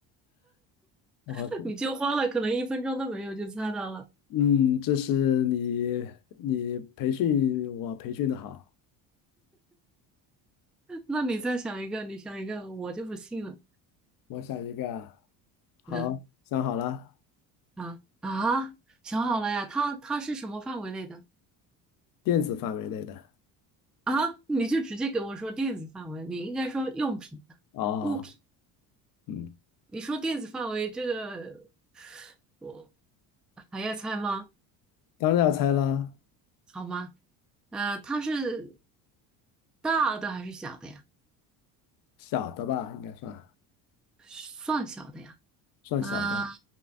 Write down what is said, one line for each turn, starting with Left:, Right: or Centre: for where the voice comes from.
Left: 我，
Centre: <laughs> 你就花了可能一分钟都没有就猜到了，
Left: 嗯，这是你你培训我培训的好，
Centre: <laughs> 那你再想一个，你想一个，我就不信了。
Left: 我想一个啊，好，
Centre: 嗯
Left: 想好了，
Centre: 啊啊，想好了呀，它它是什么范围内的
Left: 电子范围内的。
Centre: 啊？你就直接给我说电子范围，你应该说用品的物品。
Left: 哦，嗯。
Centre: 你说电子范围这个，我还要猜吗？
Left: 当然要猜啦，
Centre: 好吗？呃，它是大的还是小的呀？
Left: 小的吧，应该算
Centre: 算小的呀？
Left: 算小的，
Centre: 嗯、